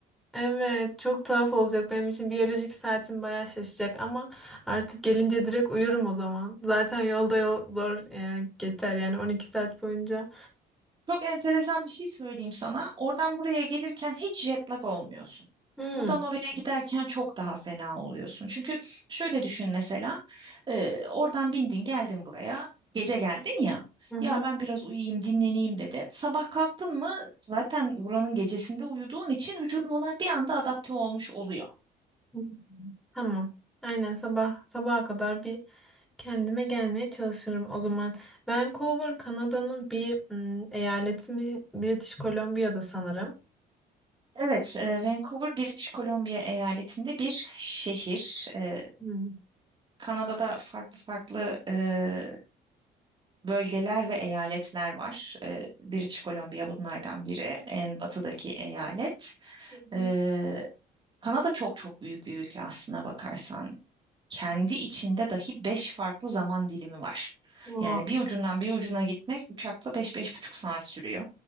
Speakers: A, in the centre; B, on the right.
A: Evet, çok tuhaf olacak benim için. Biyolojik saatim bayağı şaşacak ama artık gelince direkt uyurum o zaman. Zaten yolda yol zor e, geçer yani 12 saat boyunca.
B: Çok enteresan bir şey söyleyeyim sana. Oradan buraya gelirken hiç jet lag olmuyorsun.
A: Hı.
B: Buradan oraya giderken çok daha fena oluyorsun. Çünkü şöyle düşün mesela, e, oradan bindin geldin buraya, gece geldin ya.
A: Hı
B: Ya ben biraz uyuyayım, dinleneyim dedin. Sabah kalktın mı zaten buranın gecesinde uyuduğun için vücudun ona bir anda adapte olmuş oluyor.
A: hı. Tamam. Aynen sabah sabaha kadar bir kendime gelmeye çalışırım o zaman. Vancouver Kanada'nın bir mm, eyaleti mi? British Columbia'da sanırım.
B: Evet, e, Vancouver, British Columbia eyaletinde bir şehir. E,
A: Hmm.
B: Kanada'da farklı farklı e, bölgeler ve eyaletler var. E, British Columbia bunlardan biri, en batıdaki eyalet.
A: Hı hı.
B: E, Kanada çok çok büyük bir ülke aslına bakarsan. Kendi içinde dahi beş farklı zaman dilimi var.
A: Aa,
B: Yani bir ucundan bir ucuna gitmek uçakla beş beş buçuk saat sürüyor.